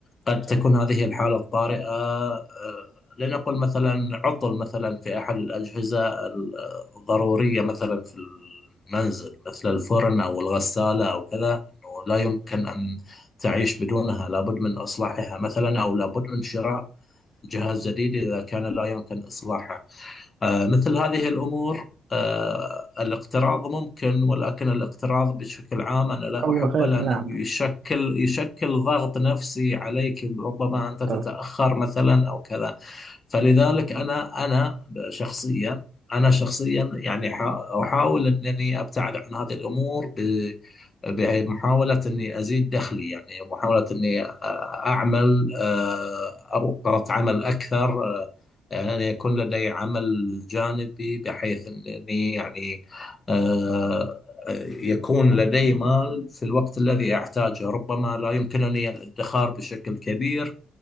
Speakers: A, on the left; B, on the right.
A: قد تكون هذه الحالة الطارئة آه، لنقل مثلا عطل مثلا في أحد الأجهزة الضرورية مثلا في المنزل مثل الفرن أو الغسالة أو كذا أنه لا يمكن أن تعيش بدونها لابد من إصلاحها مثلا أو لابد من شراء جهاز جديد إذا كان لا يمكن إصلاحه آه، مثل هذه الأمور آه، الاقتراض ممكن ولكن الاقتراض بشكل عام أنا لا
B: أو
A: أحبه
B: غير
A: لأنه
B: نعم
A: يشكل يشكل ضغط نفسي عليك ربما
B: بالضبط
A: أنت تتأخر مثلا أو كذا فلذلك أنا أنا شخصيا أنا شخصيا يعني حا- أحاول أنني أبتعد عن هذه الأمور ب- بمحاولة أني أزيد دخلي يعني محاولة أني آه، أعمل آه، أوقات عمل أكثر آه، يعني يكون لدي عمل جانبي بحيث أنني يعني آه، يكون لدي مال في الوقت الذي أحتاجه ربما لا يمكنني الادخار بشكل كبير